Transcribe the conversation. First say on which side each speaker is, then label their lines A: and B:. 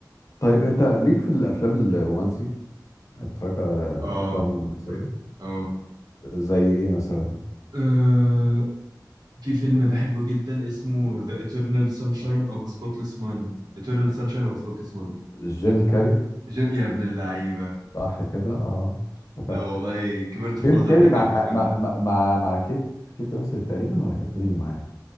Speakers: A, on the left; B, on the right.
A: طيب انت ليك في الافلام الرومانسي اتفرجت على
B: اه
A: افلام رومانسية
B: اه
A: زي ايه مثلا
B: آه. في فيلم بحبه جدا اسمه The Eternal Sunshine of a Spotless Mind Eternal Sunshine of a Spotless Mind
A: جيم
B: بت-
A: كاري
B: جم... يا ابن اللعيبة
A: صح كده اه افتكرت
B: لا والله كبرت في
A: جيم
B: نظري
A: كاري
B: انك
A: مع
B: عارف الفيلم
A: مع
B: ده
A: مع, مع كيت كيت وينسلت تقريبا ولا كانت مين اللي معاه